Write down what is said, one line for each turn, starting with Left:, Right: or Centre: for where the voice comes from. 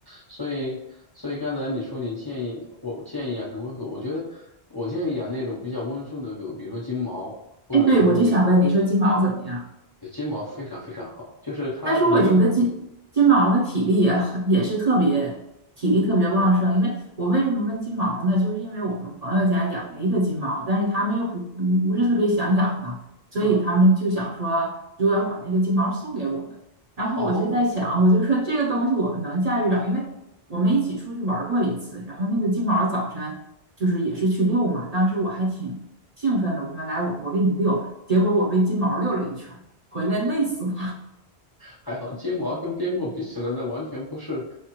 Left: 所以，所以刚才你说你建议我建议养什么狗，我觉得我建议养那种比较温顺的狗，比如说金毛，或者是那个
Right: 哎，对，我就想问你说金毛怎么样？
Left: 金毛非常非常好，就是它，
Right: 但是我觉得金金毛的体力也很也是特别体力特别旺盛，
Left: 你如
Right: 因为我为什么问金毛呢？就是因为我们朋友家养了一个金毛，但是他们又不不不是特别想养嘛，所以他们就想说就要把那个金毛送给我们。
Left: 嗯
Right: 然后我就在想，
Left: 哦
Right: 我就说这个东西我们能驾驭了，因为我们一起出去玩过一次，然后那个金毛早晨就是也是去遛嘛，当时我还挺兴奋的，我说来我我给你遛，结果我被金毛遛了一圈回来累死我，
Left: 还好，金毛跟边牧比起来，那完全不是，